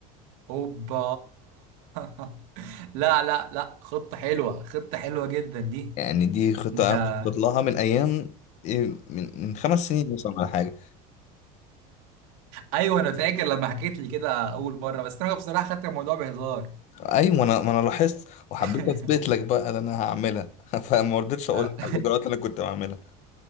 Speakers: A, on the right; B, on the left.
A: هوبا <laughs> لا لا لا خطة حلوة خطة حلوة جدا دي
B: يعني دي خطه
A: انت
B: انا
A: <laughs>
B: مخطط لها من ايام إيه، من من خمس سنين مثلا ولا حاجه
A: ايوه انا فاكر لما حكيت لي كده اول مرة بس انا بصراحة خدت الموضوع بهزار
B: ايوه انا ما انا لاحظت وحبيت
A: <laughs>
B: اثبت لك بقى اللي انا هعملها <laughs> فما رضيتش
A: لا
B: اقول لك على الاجراءات اللي انا كنت بعملها